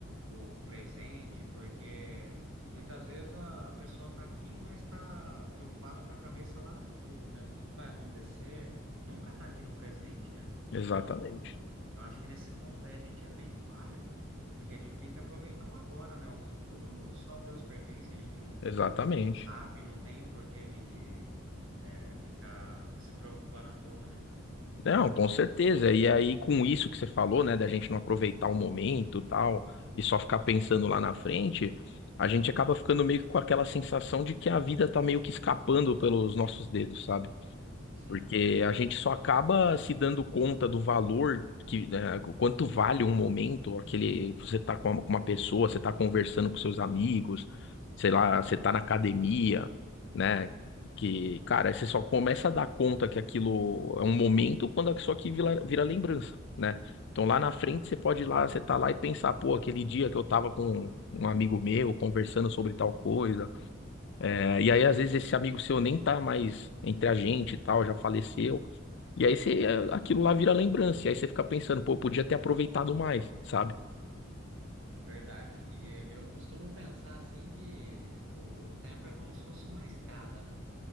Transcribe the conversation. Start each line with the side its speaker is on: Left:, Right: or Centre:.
Right: o, o presente? Porque muitas vezes a, a pessoa tá aqui, mas tá preocupada com a cabeça lá no futuro, né? O que que vai acontecer? Nunca tá aqui no presente, né?
Left: exatamente,
Right: Então, eu acho que nesse ponto aí a gente é bem falho, porque a gente tem que aproveitar o agora, né? O futuro só Deus pertence, a gente não
Left: exatamente.
Right: não sabe, não tem o porquê a gente é, ficar se preocupando à toa, né?
Left: Não, com certeza. E aí, com isso que você falou, né, da gente não aproveitar o momento, tal, e só ficar pensando lá na frente, a gente acaba ficando meio que com aquela sensação de que a vida tá meio que escapando pelos nossos dedos, sabe?
Right: Sim.
Left: Porque a gente só acaba se dando conta do valor que, né, o quanto vale um momento, aquele que você tá com uma, com uma pessoa, você tá conversando com seus amigos, sei lá, você tá na academia, né? Que, cara, você só começa a dar conta que aquilo é um momento quando isso aqui vira, vira lembrança, né? Então lá na frente você pode ir lá, você tá lá e pensar, pô, aquele dia que eu tava com um amigo meu conversando sobre tal coisa. É, e aí às vezes esse amigo seu nem tá mais entre a gente e tal, já faleceu. E aí você, eh, aquilo lá vira lembrança. E aí você fica pensando, pô, eu podia ter aproveitado mais, sabe?
Right: Verdade. E eu costumo pensar assim que o, o tempo é como se fosse uma estrada, né?